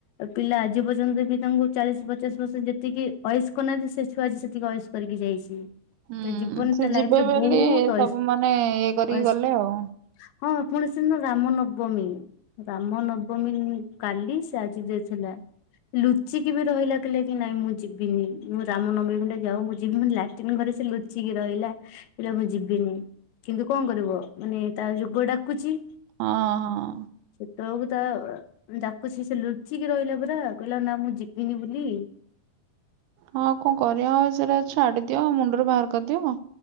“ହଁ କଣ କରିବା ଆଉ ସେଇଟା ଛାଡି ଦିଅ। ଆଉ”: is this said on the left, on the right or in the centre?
Right